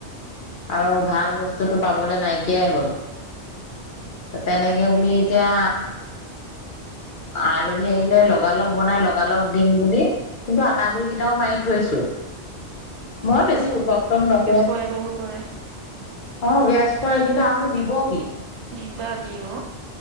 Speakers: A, on the left; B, on the right.
A: আৰু ভাল বস্তুটো পাবলৈ নাইকিয়াই হ'ল তেনেকে বুলি এতিয়া আলহী আহিলে লগালগ বনাই লগালগ দিম বুলি কিন্তু আটা গুৰি কেইটাও মাৰি থৈছো মই বেছি উত্তপ্ত ন
B: কয় বহুতৰে
A: অ গেছ কৰে কিন্তু আৰুনো দিব কি
B: বিভাগীয়